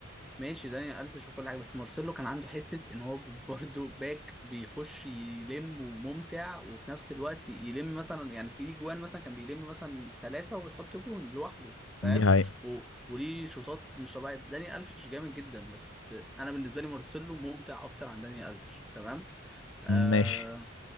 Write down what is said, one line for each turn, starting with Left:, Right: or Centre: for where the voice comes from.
Centre: ماشي داني الفيش وكل حاجه بس مارسيلو كان عنده حته ان هو <laughs> برضه باك بيخش يلم وممتع وفي نفس الوقت يلم مثلا يعني في ليه جوان مثلا كان بيلم مثلا ثلاثه ويحط جون لوحده فاهم
Left: دي هاي
Centre: و... وليه شوطات مش طبيعيه داني الفيش جامد جدا بس انا بالنسبه لي مارسيلو ممتع اكتر عن داني الفيش تمام آه،
Left: ماشي